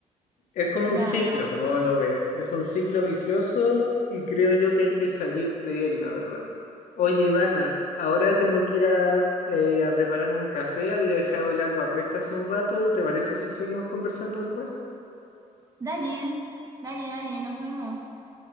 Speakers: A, on the left; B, on the right.
A: es como
B: Claro.
A: un ciclo, como lo ves, es un ciclo vicioso y creo yo que hay que salir de él, la verdad. Oye, Ivana, ahora tengo que ir a, eh, a prepararme un café, había dejado el agua puesta hace un rato, ¿te parece si seguimos conversando después?
B: Dale, dale, dale, nos vemos.